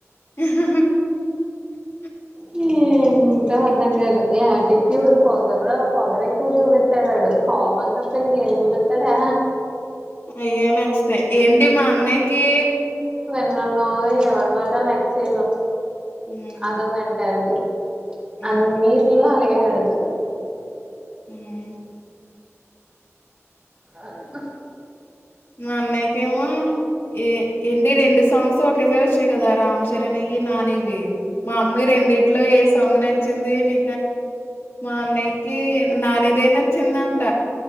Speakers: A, on the left; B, on the right.
A: ఆ
B: హ <inaudible> ష్టం అర్థం కాదు, యాటిట్యూడ్ పొగరు పొగరు ఎక్కువ చూపిస్తాడాడు కోపం తప్ప ఇంకేం చూపిస్తాడు ఆ
A: అయ్యనచ్ <inaudible> తాయి ఏంటి మా అన్నయకి,
B: న్నాను, ఎవడ మాట లెక్ చేయ్యను
A: హ్మ్
B: అదో మెంటాలిటీ
A: హ్మ్
B: అన్నిట్లో అలాగే ఆడతాడు
A: ఉమ్
B: ఆన్ <inaudible>
A: మా అన్నయ్యకేమో ఏ ఏంటి రెండు సాంగ్స్ ఒకే సారి వచ్చినాయి కదా రామ్ చరణ్ వి నాని వి మా అమ్మ రెండిట్లో ఏసి సాంగ్ నచ్చింది నీ, మా అన్నయ్యకి నానిదే నచ్చిందంట.